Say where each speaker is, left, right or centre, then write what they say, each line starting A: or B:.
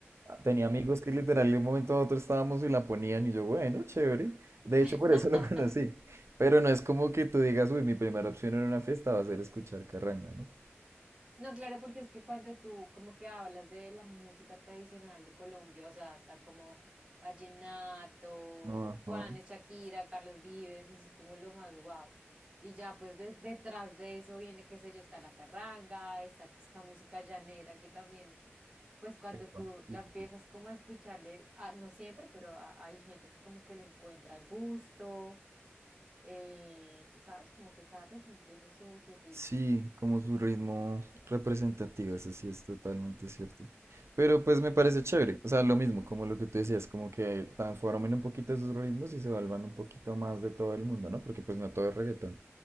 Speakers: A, on the right; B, on the right.
A: ah, tenía
B: Sí.
A: amigos que literal de un momento a otro estábamos y la ponían y yo, bueno, chévere, de
B: <laughs>
A: hecho por eso lo <laughs> conocí, pero no es como que tú digas, uy, mi primera opción en una fiesta va a ser escuchar carranga, ¿no?
B: No, claro, porque es que cuando tú como que hablas de la música tradicional de Colombia, o sea, hasta como vallenato,
A: Ajá.
B: Juanes, Shakira, Carlos Vives, eso es como lo más guau. Y ya pues de- detrás de eso viene, qué sé yo, está la carranga, está esta música llanera que también, pues cuando
A: Epa.
B: tú
A: Sí,
B: la empiezas
A: sí.
B: como a escucharle, ah, no siempre, pero a- hay gente que como que le encuentra el gusto, eh, ¿sabes? Como que cada región tiene su, su ritmo.
A: Sí, como su ritmo representativo, eso sí es totalmente cierto. Pero pues me parece
B: Sí.
A: chévere, o sea, lo mismo, como lo que tú decías, como que transformen un poquito esos ritmos y se vuelvan un poquito más de todo el mundo, ¿no? Porque pues no todo es reggaetón.